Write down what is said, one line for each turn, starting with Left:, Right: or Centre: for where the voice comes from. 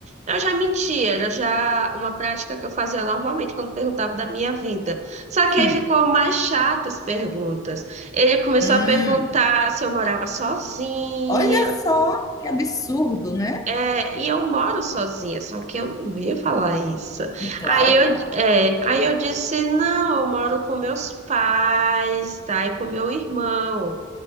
Right: Eu já menti, era já uma prática que eu fazia normalmente quando perguntava da minha vida. Só
Left: Sim.
Right: que aí ficou mais chato as perguntas. Ele começou
Left: Hum,
Right: a perguntar se eu morava sozinha,
Left: olha só que absurdo, né?
Right: é, e eu moro sozinha, só que eu não ia falar isso.
Left: É
Right: Aí
Left: claro
Right: eu,
Left: que não.
Right: é, aí eu disse, não, eu moro com meus pais, tá? E com meu irmão,